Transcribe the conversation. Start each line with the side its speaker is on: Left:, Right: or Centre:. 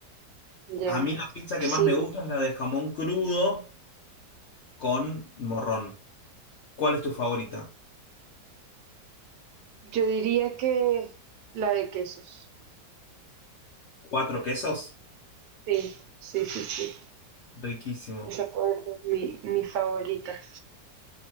Right: Ya,
Left: A mí la pizza que
Right: sí.
Left: más me gusta es la de jamón crudo con morrón. ¿Cuál es tu favorita?
Right: Yo diría que la de quesos.
Left: ¿Cuatro quesos?
Right: Sí, sí, sí, sí.
Left: Riquísimo.
Right: Esa puede ser mi, mi favorita.